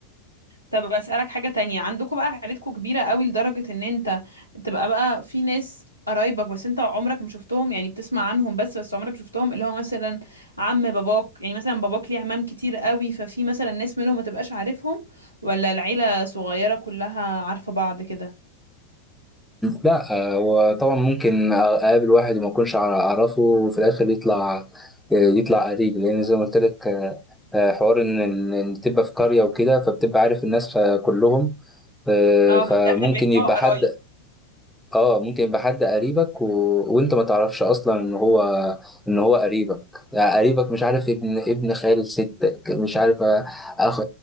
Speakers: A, on the right; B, in the centre.
A: طب أسألك حاجة تانية عندكم بقى عيلتكم كبيرة قوي لدرجة إن أنت تبقى بقى في ناس قرايبك بس انت عمرك ما شفتهم يعني بتسمع عنهم بس بس عمرك ما شفتهم اللي هو مثلا عم باباك يعني مثلا باباك ليه عمام كتير قوي ففي مثلا ناس منهم ما تبقاش عارفهم ولا العيلة صغيرة كلها عارفة بعض كده
B: لا هو طبعا ممكن اقابل واحد وما اكونش أع- اعرفه وفي الاخر يطلع آه، يطلع قريب لان زي ما قلت لك آه، آه، حوار ان إن- إن تبقى في قريه وكده فبتبقى عارف الناس كلهم آه،
A: اه
B: فممكن
A: في الاخر بيدفعوا
B: يبقى
A: قرايب
B: حد اه ممكن يبقى حد قريبك و... وانت ما تعرفش اصلا ان هو ان هو قريبك يعني قريبك مش عارف ابن ابن خال ستك مش عارف أخ...